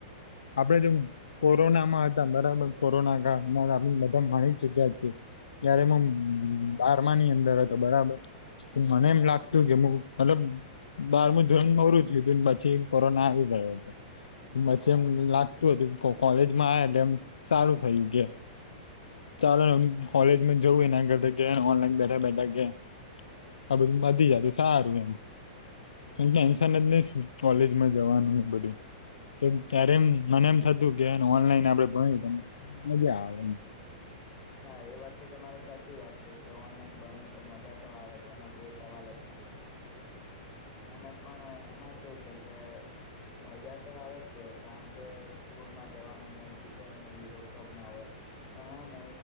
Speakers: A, on the left; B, on the left.
A: આપણેે જો કોરોનામાં હતા બરાબર કોરોના કાળમાં આપ મધા ભણી ચુક્યા છીએ. ત્યારે મ
B: હમ
A: બારમા ની અંદર હતો બરાબર મને એમ
B: હા
A: લાગ તું કે મુ મતલબ બારમું ધોરણ પુરુ થયુંતું પછી કોરોના આવી ગયો હતો. પછી
B: હા
A: એમ લાગતું હતું કો, કોલેજમાં આ એટલે એમ સારું થયું કે, ચાલો એમ કોલેજ મા જવું એના કરતા ગયા ઓનલાઈન બેઠા બેઠા ગયા, આ બધું પતી જાયતો સારું એમ ટેન્શન જ ની કોલેજ માં જવાનું ને બધું, ત્યારે એમ મને એમ થતું કેને ઓનલાઈન આપડે ભણી તો મજા આવે એમ,
B: હા એ વાત તો તમારી સાચી વાત છે, કે ઓનલાઈન ભણીએ તો મજા તો આવે છે એમાં કોઈ સવાલ જ નથી.
A: <inaudible>
B: અને પણ એમાં કેવું છે કે, મજા તો આવે જ છે, કારણ કે સ્કૂલમાં જવાનું નઇ ટીચરોને એ રોકટોક ના હોય. પણ હે ન,